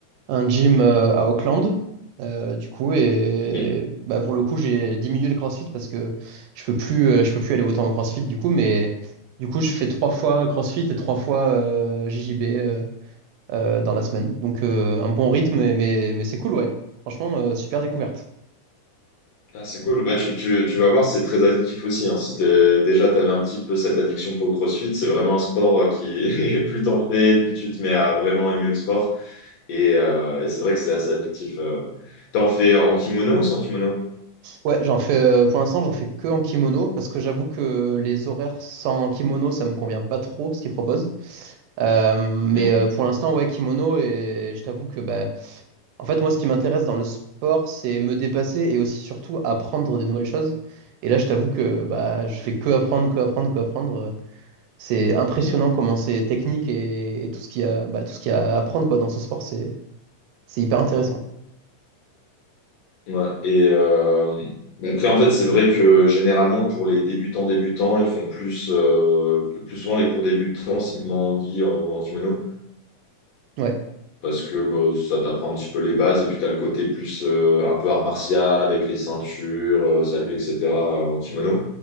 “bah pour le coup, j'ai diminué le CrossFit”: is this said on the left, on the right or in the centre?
Right